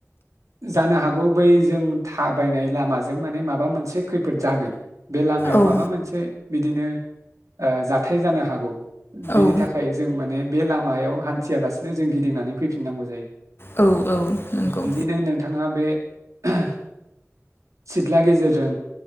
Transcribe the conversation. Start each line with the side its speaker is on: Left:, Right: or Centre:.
Right: जानो हागौ बै जों थाबायनाय लामाजों माने माबा मोनसे खैफोद जागोन बे लामायाव
Left: औ
Right: माबा मोनसे बिदिनो ओ जाथाय जानो हागौ बिनि
Left: औ
Right: थाखाय जों माने बे लामायाव हान्थियालासिनो जों गिदिंनानै फैफिननांगौ जायो
Left: औ औ नंगौ
Right: बिदिनो नोंथाङा बे ओह सिथ्ला गेजेरजों